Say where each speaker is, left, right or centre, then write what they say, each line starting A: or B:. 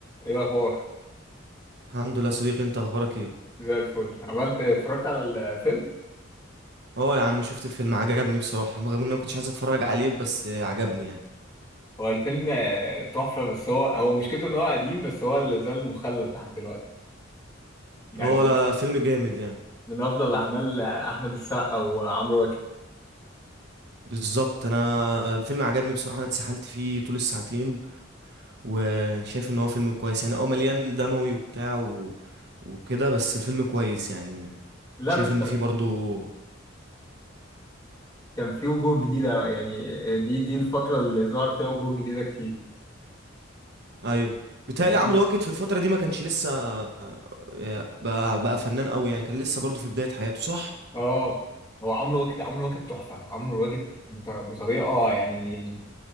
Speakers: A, on the left; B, on the right.
A: ايه الاخبار
B: الحمد لله يا صديقي انت اخبارك ايه
A: زي الفل عملت إيه؟ اتفرجت على الفيلم
B: اه يا عم شفت الفيلم عجبني بصراحة رغم ان انا ما كنتش عايز اتفرج عليه بس عجبني يعني
A: هو الفيلم آه، تحفه بس هو هو مشكلته ان هو قديم بس هو اللي زال مخلد لحد دلوقتي يعني
B: اه
A: من
B: لا لا فيلم جامد يعني
A: من افضل اعمال آه، احمد السقا وعمرو واكد
B: بالظبط انا الفيلم عجبني بصراحة انا اتسحلت فيه طول الساعتين وشايف ان هو فيلم كويس يعني اه مليان دموي وبتاع و... وكده بس الفيلم كويس يعني
A: لا
B: شايف
A: بس
B: ان
A: كان
B: فيه برضو
A: كان في وجوه جديده يعني آه، دي دي الفتره اللي ظهر فيها وجوه جديده كتير
B: ايوه بيتهيألي
A: يعني
B: عمرو واكد في الفترة دي ما كانش لسه آه، بقى, بقى فنان قوي يعني كان لسه برضو في بداية حياته صح
A: اه هو عمرو واكد عمرو واكد تحفه عمرو واكد بطر- بطريقه آه، يعني